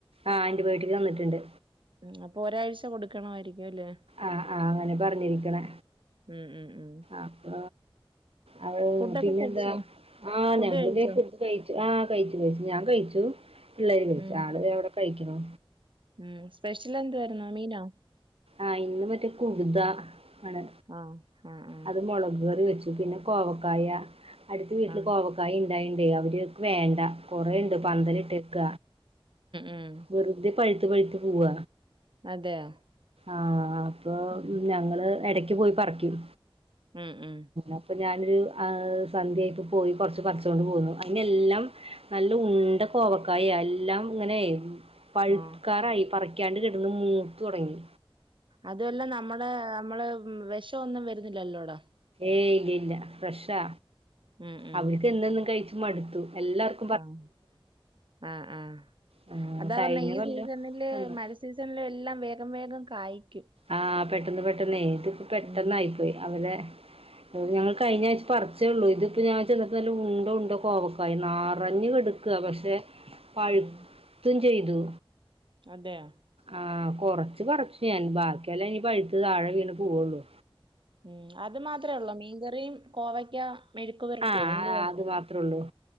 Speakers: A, on the right (about 85°); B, on the right (about 60°).
A: ആഹ് ആന്റിബയോട്ടിക് തന്നിട്ടുണ്ട്
B: ഉം അപ്പോ ഒരാഴ്ച കൊടു ക്കണമായിരിക്കും അല്ലെ
A: ആഹ് ആഹ് അങ്ങനെ പറഞ്ഞിരിക്കണേ
B: ഉം ഉം ഉം.
A: അപ്പ അവള്
B: ഫുഡൊക്കെ
A: പിന്നെന്താ
B: കഴിച്ചോ?
A: ആഹ്
B: ഫുഡ്
A: ഞങ്ങള്
B: കഴിച്ചോ?
A: ദേ ഫുഡ് കയിച്ചു ആ കയിച്ചു കയിച്ചു ഞാൻ കയിച്ചു പിള്ളേര് കയിച്ചു
B: ഉം.
A: ആള് ദേ അവിടെ കഴിക്കണ്
B: ഉം സ്പെഷ്യൽ എന്തുവാരുന്നു മീനോ
A: ആഹ് ഇന്ന് മറ്റേ കുടുത ആണ്
B: ആ. ആ ആ.
A: അത് മൊളക് കറി വെച്ചു പിന്നെ കോവക്കായ അടുത്ത വീട്ടിൽ
B: ആ.
A: കോവക്കായ ഇണ്ടായോണ്ടേ അവര്ക്ക് വേണ്ട കൊറേണ്ട്
B: ഉം.
A: പന്തലിട്ടേക്ക
B: ഉം
A: വെറുതെ പഴുത്ത് പഴുത്ത് പോവ
B: അതെയോ
A: ആഹ് അപ്പൊ
B: ഉം.
A: ഞങ്ങള് ഇടക്ക് പോയി പറിക്കും
B: ഉം ഉം
A: അപ്പ ഞാനൊരു ആഹ് സന്ധ്യയായിപ്പ പോയി കുറച്ച് പറിച്ചോണ്ട് പോന്നു അതിനെല്ലാം നല്ല ഉണ്ട കോവക്കായ എല്ലാം ഇങ്ങനെ പഴ്ക്കാറായി
B: ആ.
A: പറിക്കാണ്ട് കിടന്ന് മൂത്ത് തുടങ്ങി
B: അതുവല്ല നമ്മുടെ നമ്മള് വെഷവൊന്നും വരുന്നില്ലല്ലോട
A: ഏയ് ഇല്ലില്ല ഫ്രഷാ
B: ഉം ഉം
A: അവര്ക്ക് എന്നുന്നും കഴിച്ച് മടുത്തു എല്ലാർക്
B: ആഹ് ആഹ് ആഹ്
A: ആ,
B: അതാ
A: കഴിഞ്ഞ
B: പറഞ്ഞേ ഈ
A: കൊല്ലം
B: സീസണില്
A: തന്നു.
B: മ സീസണിലും എല്ലാം വേഗം വേഗം കായ്ക്കും
A: ആഹ് പെട്ടന്ന് പെട്ടെന്നേ ഇതിപ്പ പെട്ടെന്നായിപ്പോയി
B: ഉം
A: അവര് ഞങ്ങൾ കഴിഞാഴ്ച പറിച്ചേ ഉള്ളൂ ഇതിപ്പോ ഞാൻ ചെന്നപ്പോ നല്ല ഉണ്ട ഉണ്ട കോവക്കായി നറഞ്ഞ് കെടക്ക് ക്ക്വ പക്ഷെ പഴുത്തും
B: ഉം
A: ചെയ്തു
B: അതെയോ
A: ആഹ് കൊറച്ച് പറിച്ചു ഞാൻ ബാക്കിയെല്ലാം ഇനി പഴുത്ത് താഴെ വീണ് പോവുള്ളു
B: ഉം അത് മാത്രേ ഉള്ളോ മീൻകറിയും കോവയ്ക്ക മെഴുക്ക് പൊരട്ടിയോ
A: ആ
B: എന്തുവാ
A: അത് മാത്രേ ഉള്ളൂ